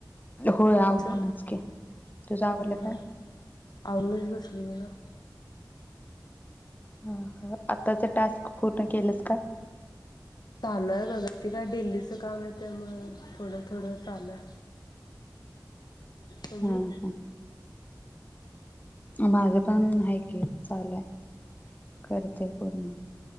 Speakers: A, on the left; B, on the left.
A: होय आवरूनच
B: तुमचं
A: की. तुझं आवर
B: ह
A: लं
B: हा
A: काय?
B: आवरूनच बसले बघा.
A: ह हा. आताच टास्क पूर्ण केलंस का?
B: चालू आहे बग ते काय दिल्लीचं काम आहे, त्यामूळ थोडं थोडं चालुय. तुम्ही?
A: हा हा माझं पण हाय की चालूय. करते पूर्ण.